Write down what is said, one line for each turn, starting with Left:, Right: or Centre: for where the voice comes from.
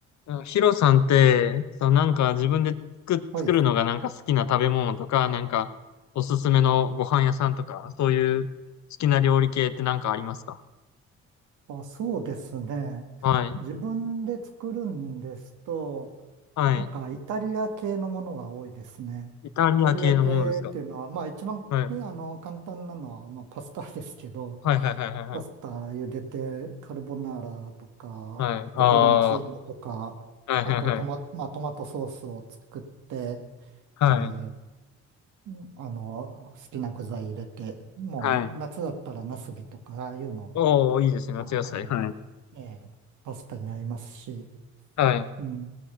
Left: なんかヒロさんって、そう、なんか自分で作、
Right: はい。
Left: 作るのがなんか好きな食べ物とか、なんかおすすめのご飯屋さんとか、そういう好きな料理系ってなんかありますか
Right: あ、そうですね。
Left: はい。
Right: 自分で作るんですと、
Left: はい。
Right: なんかイタリア系のものが多いですね。
Left: イタリア系のものですか
Right: イタリア系っていうのは、まあ一番、
Left: はい。
Right: ねあの、簡単なのは、まあパスタですけど、
Left: はいはいはいはいはい。
Right: パスタ茹でて、カルボナーラとか、
Left: はい。ああ、
Right: ペペロンチーノとか、
Left: はいはいはい。
Right: あとトマ、まあ、トマトソースを作って、
Left: はい。
Right: えーあの、好きな具材入れて、もう夏だったらナスビとか、
Left: はい。
Right: ああいうの
Left: おー、いいですね。
Right: あの、
Left: 夏野菜。はい。
Right: ええ、パスタに合りますし、
Left: はい。
Right: うん。